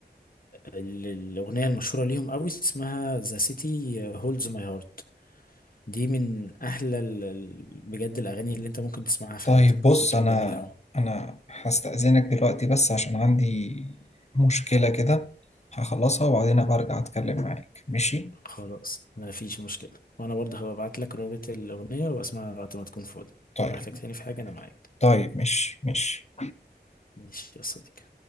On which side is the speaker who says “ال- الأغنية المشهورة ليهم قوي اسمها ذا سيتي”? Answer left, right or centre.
Left